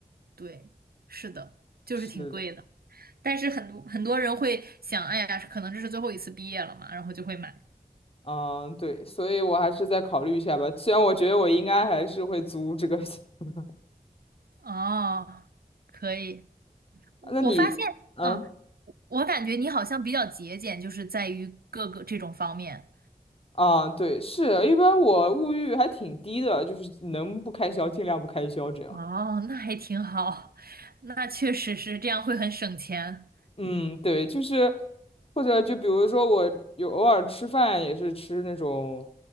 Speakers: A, on the right; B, on the left.
A: 对，是的，就是挺贵的，
B: 是的，
A: 但是很多很多人会想，哎呀，可能这是最后一次毕业了嘛，然后就会买，
B: 嗯，对，所以我还是再考虑一下吧。虽然我觉得我应该还是会租这个，<laughs>
A: 哦，可以，我我发现。
B: 那你，嗯，
A: 嗯，我感觉你好像比较节俭，就是在于各个这种方面。
B: 啊，对，是，一般我物欲还挺低的，就是能不开销尽量不开销这样。
A: 哦，那还挺好，<laughs> 那确实是这样会很省钱。
B: 嗯，对，就是或者就比如说我有偶尔吃饭也是吃那种